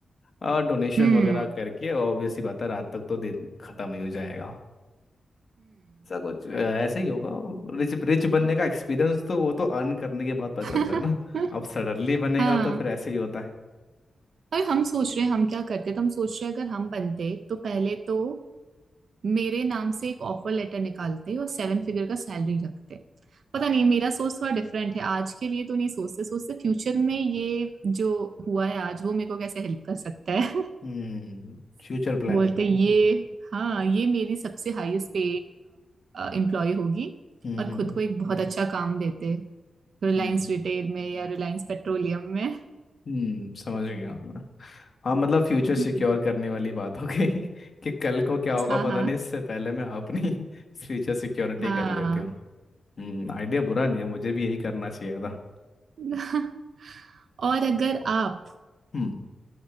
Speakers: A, on the left (about 50°); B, on the right (about 70°).
A: और डोनेशन
B: हम्म
A: वगैरह करके ऑब्वियस ही बात है रात तक तो दिन खत्म ही हो जाएगा अ, ऐसे ही होगा रिच रिच बनने का एक्सपीरियंस तो वो तो अर्न करने के बाद पता
B: हम्म
A: चलता है ना अब सडनली बनेगा
B: <laughs> हाँ
A: तो फिर ऐसे ही होता है
B: पर हम सोच रहे हैं हम क्या करते तो हम सोच रहे हैं अगर हम बनते तो पहले तो मेरे नाम से एक ऑफर लेटर निकालते और सेवन फिगर का सैलरी रखते पता नहीं मेरा सोच थोड़ा डिफरेंट है आज के लिए तो नहीं सोचते सोचते फ्यूचर में ये जो हुआ है आज वो मेरे को कैसे हेल्प कर सकता है
A: हम्म फ्यूचर
B: <laughs>
A: प्लानिंग
B: बोलते ये हाँ ये मेरी सबसे हाईएस्ट पे एम्प्लॉय होगी
A: हम्म
B: और
A: हम्म
B: खुद को एक बहुत अच्छा काम देते रिलायंस
A: हम्म
B: रिटेल में या रिलायंस पेट्रोलियम में
A: हम्म, समझ गया मैं हाँ मतलब फ्यूचर सिक्योर
B: हम्म,
A: करने वाली बात हो गई <laughs> कि कल को क्या होगा
B: हाँ
A: पता
B: हाँ
A: नहीं इससे पहले मैं अपनी <laughs> फ्यूचर सिक्योरिटी
B: हाँ
A: कर लेती हूँ हम्म आइडिया बुरा नहीं है मुझे भी यही करना चाहिए था
B: <laughs> और अगर आप
A: हम्म